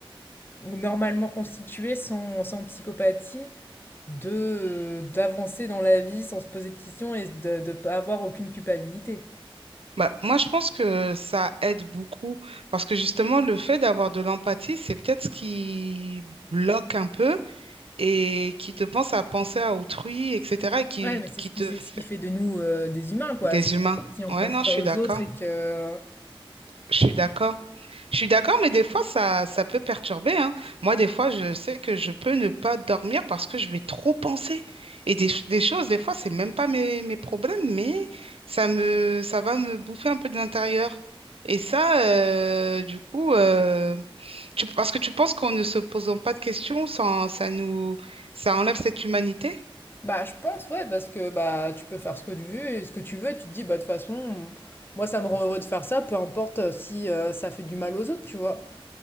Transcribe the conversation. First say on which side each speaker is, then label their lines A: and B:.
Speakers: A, on the left; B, on the right.
A: ou normalement constituée sans sans psychopathie de, heu, d'avancer dans la vie sans se poser de questions et de de pas avoir aucune culpabilité?
B: Bah, moi, je pense que ça aide beaucoup parce que justement, le fait d'avoir de l'empathie, c'est peut-être ce qui bloque un peu et qui te pense à penser à autrui, etc. et qui,
A: Ouais, mais c'est
B: qui
A: ce qui
B: te
A: c'est
B: fait
A: ce qui fait de nous, heu, des humains quoi,
B: des
A: si
B: humains.
A: si on
B: Ouais,
A: pense
B: non,
A: pas
B: je suis
A: aux
B: d'accord.
A: autres et que
B: Je suis d'accord. Je suis d'accord, mais des fois, ça, ça peut perturber, hein. Moi, des fois, je sais que je peux ne pas dormir parce que je vais trop penser. Et des, ch- des choses, des fois, c'est même pas mes, mes problèmes, mais ça me, ça va me bouffer un peu de l'intérieur. Et ça, euh, du coup, euh, tu- parce que tu penses qu'en ne se posant pas de questions, ça, ça nous, ça enlève cette humanité?
A: bah, je pense ouais parce que, bah, tu peux faire ce que tu veux et ce que tu veux et tu te dis: «Bah, de toute façon, moi ça me rend heureux de faire ça, peu importe, si, heu, ça fait du mal aux autres», tu vois?